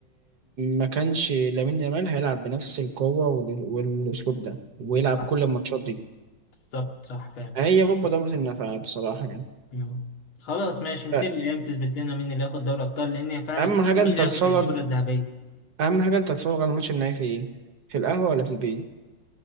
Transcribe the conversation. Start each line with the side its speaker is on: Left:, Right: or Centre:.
Right: ما كانش لامين يامال هيلعب بنفس القوه وال- والاسلوب ده ويلعب
Left: صح
Right: كل الماتشات دي
Left: بالظبط صح فعلا
Right: هي بابا دوت النافعه بصراحه يعني
Left: مم. خلاص ماشي مثير
Right: ف-
Left: الايام تثبت لنا مين اللي هياخد دوري ابطال لان هي فعلا
Right: اهم
Left: خلاص
Right: حاجه
Left: مين
Right: انت
Left: اللي
Right: تتفرج
Left: هياخد الكره الذهبيه
Right: اهم حاجه انت تتفرج على الماتش النهائي في ايه في القهوه ولا في البيت